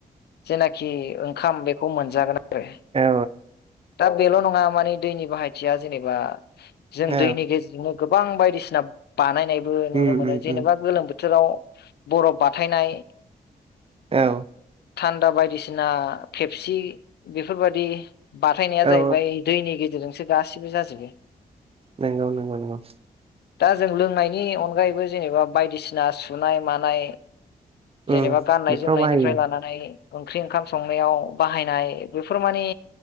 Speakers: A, on the left; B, on the right.
A: जेनाखि ओंखाम बेखौ मोनजागोन आरो
B: औ
A: दा बेल' नंङा माने दैनि बाहायथिया जेनेबा जों
B: औ
A: दैनि गेजेजोंनो गोबां बायदिसिना बानायनायबो
B: उम
A: नुनो मोनो
B: उम
A: जेनेबा
B: उम
A: गोलोम बो बोथोराव बरब बाथायनाय
B: औ
A: थान्दा बायदिसिना फेबसि बेफोरबादि बाथायनाया
B: औ
A: जाहैबाय दैनि गेजेरजोंसो गासिबो जाजोबो।
B: नोंगौ नोंगौ नोंगौ
A: दा जों लोंनायनि अनगायैबो जेनेबा बायदिसिना सुनाय मानाय
B: उम
A: जेनेबा गाननाय
B: बेफ्राव
A: जोमनायनिफ्राय
B: बाहायो
A: लानानै ओंख्रि ओंखाम संनायाव बाहायनाय बेफोर माने